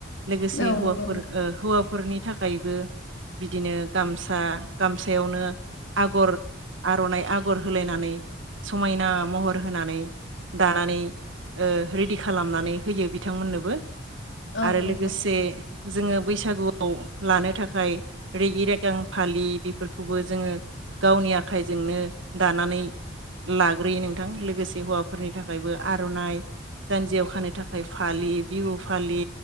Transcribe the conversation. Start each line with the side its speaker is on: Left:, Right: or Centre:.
Right: लोगोसे
Left: औ
Right: हौवाफोर
Left: नंगौ नोंथां
Right: ओ हौवा। नखरनि थाखायबो बिदिनो गामसा गामसायावनो आगर आरनाइ आगर होलायनानै समायना महर होनानै दानानै ओ रेडि खालामनानै होयो बिथांमोननोबो।
Left: औ
Right: आरो
Left: नंगौ
Right: लोगोसे जोङो बैसागुआव लानो थाखाय रेगि रेगां फालि। फोरखौबो जोङो गावनि आखाइजोंनो दानानै लाग्रोयो नोंथां लोगोसे हौवाफोरनि थाखायबो आर'नाइ जानजियाव खानो थाखाय फालि बिहु फालि।